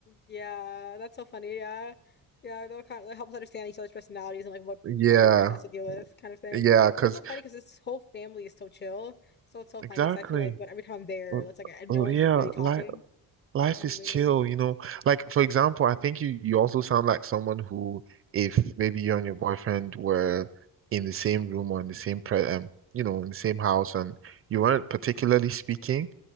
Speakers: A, on the left (about 30°); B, on the right (about 35°).
A: yeah, that's so funny. Yeah. Yeah, that kind of like helps understand each other's personalities and like what
B: Yeah.
A: the other person has to deal with, kind of thing.
B: Yeah, 'cause
A: And it's so funny because this whole family is so chill. So it's so funny
B: exactly.
A: because I feel like when every time I'm there,
B: Well,
A: it's like I, no
B: well,
A: one's
B: yeah,
A: really talking.
B: life life
A: I'm
B: is
A: the main
B: chill,
A: one.
B: you know. Like for example, I think you you also sound like someone who, if maybe you and your boyfriend were in the same room or in the same pre um, you know, in the same house, and you weren't particularly speaking,